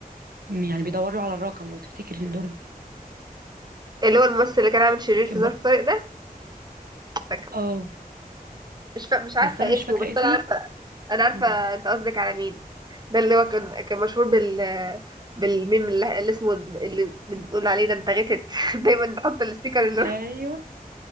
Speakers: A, on the right (about 80°); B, on the right (about 25°).
A: يعني بيدور له على الرقم لو تفتكري الدور ده
B: اللي هو الممثل اللي كان عامل شرير في
A: كان
B: ظرف
A: برضو
B: طارق ده فاكره
A: اه
B: مش فا... مش عارفه
A: بس انا مش
B: اسمه
A: فاكرة
B: بس
A: اسمه
B: انا عارفه انا عارفه
A: مم.
B: انت قصدك على مين ده اللي هو كان كان مشهور بال بالميم اللي, اللي اسمه اللي بنقول عليه ده انت غتت <laughs> دايما نحط الاستيكر اللي
A: ايوه
B: هو